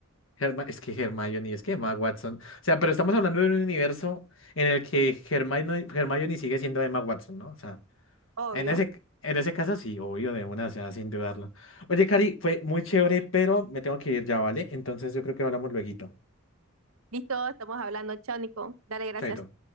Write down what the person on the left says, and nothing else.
Herma- es que Hermione, es que Emma Watson. O sea, pero estamos hablando de un universo en el que Hermione, Hermione sigue siendo Emma Watson, ¿no? O sea,
en ese, en ese caso sí, obvio, de una, o sea, sin dudarlo. Oye, Cari, fue muy chévere, pero me tengo que ir ya, ¿vale? Entonces yo creo que hablamos lueguito.
Chaito.